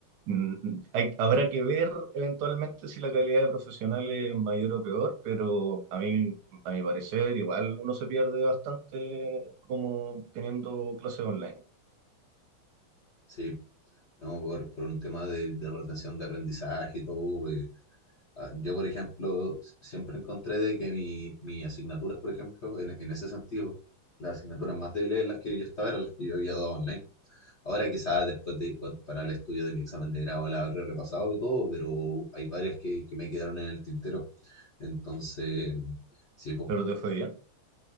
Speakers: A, on the right; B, on the left.
A: mm, hay- habrá que ver eventualmente si la calidad de profesional es mayor o peor, pero a mí a mi parecer, igual uno se pierde bastante como teniendo clases online.
B: sí, no, por, por un tema de, de retención de aprendizaje y todo, eh, Ah, Yo, por ejemplo, s- siempre encontré de que mi, mis asignaturas, por ejemplo, en, en ese sentido, las asignaturas más débiles en las que yo estaba eran las que yo había dado online. Ahora quizás después de, cu- para el estudio de mi examen de grado la habré repasado y todo, pero hay varias que, que me quedaron en el tintero. Entonces, sí, pues,
A: Pero te fue bien.